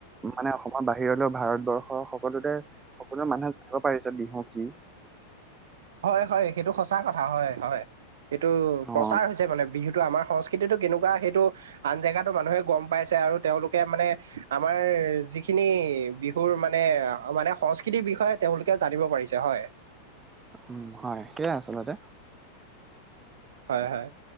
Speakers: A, on the right; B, on the right.
A: মানে অসমৰ বাহিৰলৈ ভাৰতবৰ্ষৰ সকলোতে সকলো মানুহে জানিব পাৰিছে বিহু কি।
B: হয় হয় সেইটো সঁচা কথা হয় হয় এইটো
A: অ
B: প্ৰচাৰ হৈছে মানে। বিহুটো আমাৰ সংস্কৃতিটো কেনেকুৱা সেইটো আন জেগাতো মানুহে গম পাইছে আৰু তেওঁলোকে মানে আমাৰ যিখিনি বিহু তোৰ মানে মানে সংস্কৃতিৰ বিষয়ে তেওঁলোকে জানিব পাৰিছে হয়।
A: উম, হয় সেইয়াই আচলতে।
B: হয়, হয়,